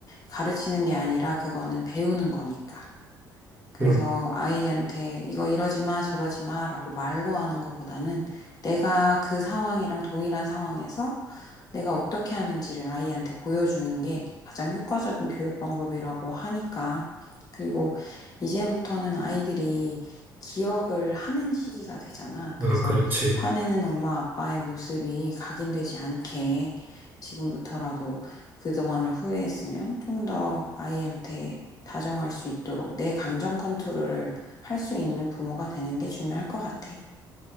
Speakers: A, on the left; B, on the right.
A: 가르치는 게 아니라 그거는 배우는 거니까. 그래서
B: 어,
A: 아이한테 이거 이러지 마, 저러지 마 라고 말로 하는 것보다는 내가 그 상황이랑 동일한 상황에서 내가 어떻게 하는지를 아이한테 보여주는 게 가장 효과적인 교육 방법이라고 하니까. 그리고 이제부터는 아이들이 기억을 하는 시기가 되잖아. 그래서
B: 아, 그렇지.
A: 화내는 엄마 아빠의 모습이 각인되지 않게 지금부터라도 그동안을 후회했으면 좀 더 아이한테 다정할 수 있도록 내 감정 컨트롤을 할 수 있는 부모가 되는 게 중요할 것 같아.